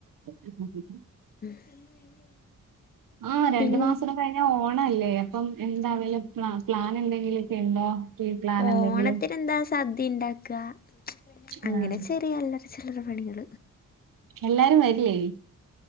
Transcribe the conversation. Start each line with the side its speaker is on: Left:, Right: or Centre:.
Right: <inaudible>
Left: <inaudible>
Right: ആഹ് രണ്ട്
Left: പിൻ
Right: മാസോടെ കഴിഞ്ഞാ ഓണാല്ലേ? പ്പം എന്താ വല്ല പ്ലാ പ്ലാനെന്തെങ്കിലൊക്കെ ണ്ടോ? കീ പ്ലാനെന്തെങ്കിലും
Left: ഓണത്തിനെന്താ സദ്യ ണ്ടാക്കാ അങ്ങനെ
Right: ആഹ്
Left: ചെറിയ അല്ലറ ചില്ലറ പണികൾ.
Right: എല്ലാരും വരില്ലേ?